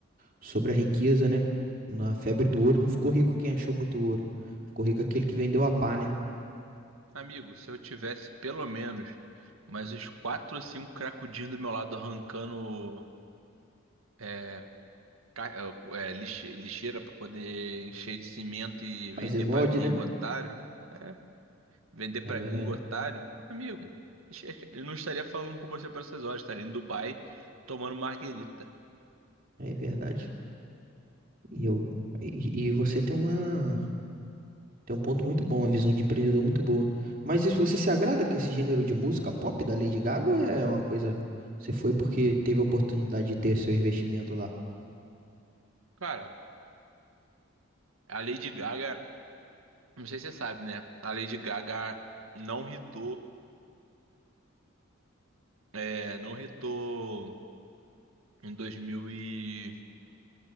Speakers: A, on the right; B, on the right.
A: sobre a riqueza, né? Na febre do ouro não ficou rico quem achou muito ouro. Ficou rico aquele que vendeu a pá, né?
B: Amigo, se eu tivesse pelo menos mais uns quatro ou cinco cracudinhos do meu lado arrancando é, ca- é, lixe- lixeira para poder encher de cimento e vender
A: Fazer molde,
B: pra gringo
A: né?
B: otário, é, Vender pra
A: É verdade.
B: gringo otário? Amigo, <laughs> eu não estaria falando com você por essas horas, estaria em Dubai tomando marguerita.
A: É verdade. E eu e, e você tem uma Tem um ponto muito bom, uma visão de empreendedor muito boa. Mas isso, você se agrada com esse gênero de música pop da Lady Gaga ou é uma coisa. Você foi porque teve a oportunidade de ter seu investimento lá?
B: Cara, a Lady Gaga, não sei se você sabe, né? A Lady Gaga não hitou, é, não hitou em 2012